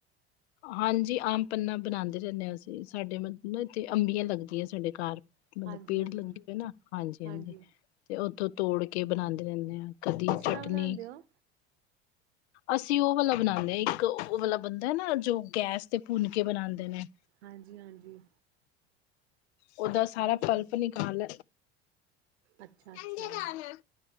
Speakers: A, on the left; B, on the right.
A: ਹਾਂਜੀ ਆਮ ਪੰਨਾ ਬਣਾਦੇ ਰਹਿਨੇ ਆ ਅਸੀਂ, ਸਾਡੇ ਮਤਲਬ ਏਥੇ ਅੰਬੀਆਂ ਲੱਗਦੀਆਂ ਸਾਡੇ ਘਰ। ਮਤਲਬ
B: ਹਾਂਜੀ
A: ਪੇੜ
B: ਹਾਂਜੀ
A: ਲੱਗੇ ਦੇ ਆ ਨਾ, ਹਾਂਜੀ-ਹਾਂਜੀ
B: ਹਾਂਜੀ
A: ਤੇ ਉੱਥੋ ਤੋੜ ਕੇ ਬਣਾਦੇ ਰਹਿਨੇ ਆ। ਕਦੀ
B: ਕਿਸ ਤਰ੍ਹਾਂ
A: ਚਟਨੀ
B: ਬਣਾਉਂਦੇ ਹੋ
A: ਅਸੀਂ ਓ ਵਾਲਾ ਬਣਾਨੇ ਆ ਇੱਕ ਓ ਵਾਲਾ ਬਨਦੈ ਨਾ ਜੋ ਗੈਸ ਤੇ ਭੁੰਨਕੇ ਬਣਾਦੇ ਨੇ।
B: ਹਾਂਜੀ-ਹਾਂਜੀ।
A: ਉਹਦਾ ਸਾਰਾ
B: ਅੱਛਾ
A: ਪਲਪ ਨਿਕਾਲ,
B: ਅੱਛਾ ਅੱਛਾ
A: ਐੰਝ ਹੀ ਖਾਣਾ